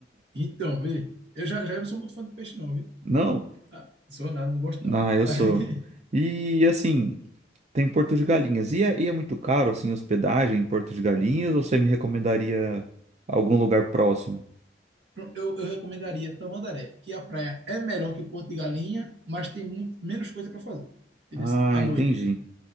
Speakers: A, on the right; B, on the right.
A: Então, vê. Eu já, já não sou muito fã de peixe, não, viu?
B: Não.
A: Ah, sou nada, não gosto, não.
B: Ah, eu
A: <laughs>
B: sou. E assim. Tem Porto de Galinhas. E é, e é muito caro, assim, hospedagem em Porto de Galinhas? Ou você me recomendaria algum lugar próximo?
A: Eu, eu recomendaria Tamandaré, que a praia é melhor que Porto de Galinha, mas tem muito menos coisa para fazer. Entendeu?
B: Ah,
A: Assim, À
B: entendi.
A: noite.